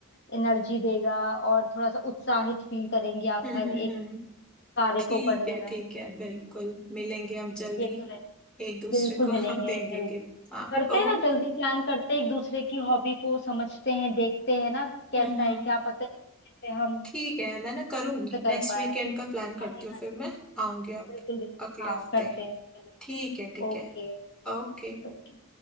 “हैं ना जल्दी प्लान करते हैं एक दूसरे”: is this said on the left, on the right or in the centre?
Left